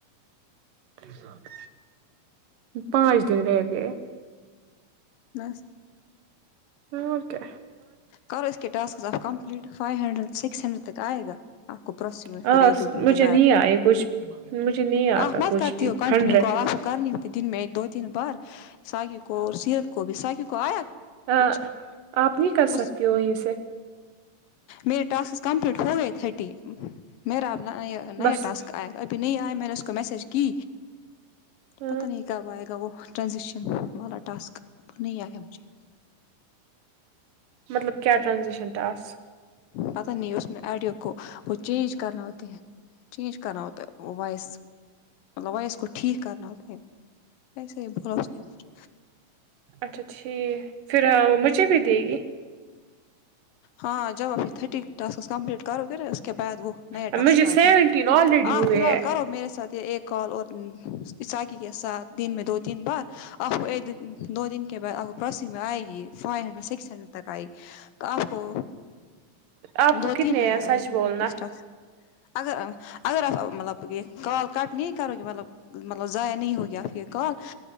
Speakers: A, on the right; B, on the left.
A: کے ساتھ پانچ دن رہ گے ہے
B: بس
A: ہاں اور کے
B: کرو اس کے ٹاسک آپ complete five hundred six hundred تک آئے گا آپ کو پروسی میں
A: ہاں
B: پھر ایک دو دن
A: مجھے
B: کے بعد
A: نہیں آئے کچھ بھی مجھے نہیں آتا
B: آپ مت
A: کچھ
B: کرتی
A: بھی
B: ہو کنٹینیو
A: ہنڈریڈ
B: کال آپ کرنی ہوتی دن میں دو تین بار ساگو کو اور سیرت کو بھی ساگو کو آیا
A: ہا
B: کچھ
A: آپ نہیں کر
B: بس
A: سکتی ہو اسے
B: میرے ٹاسک کمپلیٹ ہو گئے تھ رٹی میرا اب نیا
A: بس
B: ٹاسک آیا ابھی نہیں آیا میں نے اس کو میسج کی
A: ہاں
B: پتہ نہیں کب آئے گا وہ ٹرانزیکشن والا ٹاسک تو نہیں آئے گا مجھے
A: مطلب کیا ٹرانزیشن ٹاسک
B: پتہ نہیں اس میں آڈیو کو وہ چینج کرنا ہوتے ہیں چینج کرناؤ تو وائس مطلب وائس گو ٹھیک کرنؤ تو ویسے ہی بولو اس نے کچھ
A: اچھا ٹھیک ہے پھر مجھے بھی دے گی
B: ہاں جا ابھی تھرٹی ٹاسکس کمپلٹ کرو گے اس کے بعد وہ نیا
A: مجھے
B: ٹاسک
A: سیونٹین
B: آتا ہے
A: آلریڈی ہوئے
B: فی الحال
A: ہے
B: کرو میرے ساتھ ایک کال اور عیساکی کے ساتھ دن میں دو تین بار آپ کو ایک دن دو دن کے بعد آپ کو پروسنگ میں آئے گی فائیو ہنڈریڈ سکس ہنڈریڈ تک آئے گی تو آپ کو
A: آپ کو
B: دو
A: کتنے
B: تین ہزار
A: ہیں سچ
B: آئیں
A: بولنا
B: گے اس ٹاسک اگر اگر آپ مطلب یہ کال کٹ نہیں کرو گے مطلب مطلب ضائع نہیں ہوگی آپ کی کال